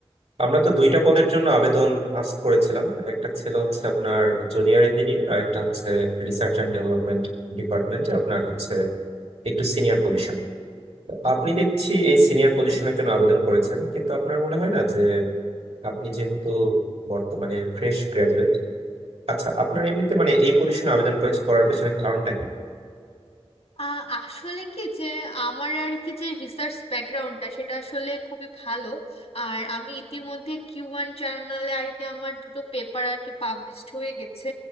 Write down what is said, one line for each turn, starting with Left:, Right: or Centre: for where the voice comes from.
Right: আমরা তো দুইটা পদের জন্য আবেদন আস্ক করেছিলাম একটা ছিল হচ্ছে আপনার জুনিয়র ইঞ্জিনিয়ার আর একটা হচ্ছে রিসার্চ এন্ড ডেভেলপমেন্ট ডিপার্টমেন্টে আপনার হচ্ছে একটু সিনিয়র পজিশন আপনি দেখছি এই সিনিয়র পজিশনের জন্য আবেদন করেছেন কিন্তু আপনার মনে হয় না যে আপনি যেহেতু বর্তমানে ফ্রেশ গ্রাজুয়েট আচ্ছা আপনার এমনিতে মানে এই পজিশনে আবেদন করেছে- করার পেছনে কারণটা কি
Left: আহ, আসলে কি যে আমার আর কি যে রিসার্চ ব্যাকগ্রাউন্ডটা সেটা আসলে খুবই ভালো আর আমি ইতিমধ্যে কিউ ওয়ান জার্নালে আর কি আমার দুটো পেপার আর কি পাবলিশড হয়ে গেছে